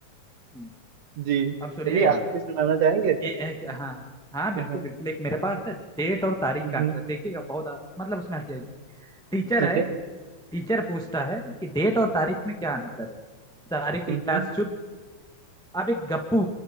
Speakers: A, in the centre; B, on the right.
A: हम्म।
B: जी
A: अब सुनिएगा
B: चलिए आप भी सुनाना चाहेंगे
A: ए, एक- हाँ हाँ बिल्कुल
B: हाँ, हाँ,
A: बिल्कुल एक मेरे पास है डेट और तारीख
B: हम्म,
A: का अंतर देखिएगा बहुत आ- मतलब उसमें हंसी आएगी टीचर
B: ठीक
A: है
B: है
A: टीचर पूछता है कि डेट और तारीख में क्या अंतर है सारी क्लास
B: हम्म,
A: चुप अब एक गप्पू